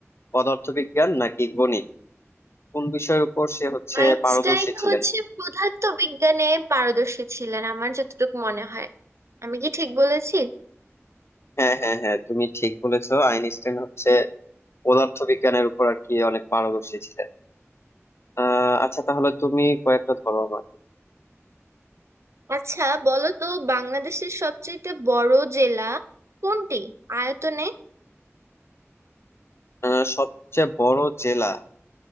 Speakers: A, on the left; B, on the right.
A: পদার্থবিজ্ঞান নাকি গণিত কোন বিষয়ের উপর সে হচ্ছে
B: আইনস্টাইন
A: পারদর্শী ছিলেন
B: হচ্ছে পদার্থ বিজ্ঞানে পারদর্শী ছিলেন আমার যতটুকু মনে হয় আমি কি ঠিক বলেছি
A: হ্যাঁ হ্যাঁ হ্যাঁ তুমি ঠিক বলেছো আইনস্টাইন হচ্ছে পদার্থবিজ্ঞানের উপর আর কি অনেক পারদর্শী ছিলেন আহ আচ্ছা তাহলে তুমি কয়েকটা ধরো আমাকে
B: আচ্ছা বলো তো বাংলাদেশের সবচেয়ে বড় জেলা কোনটি আয়তনে
A: আহ, সবচেয়ে বড় জেলা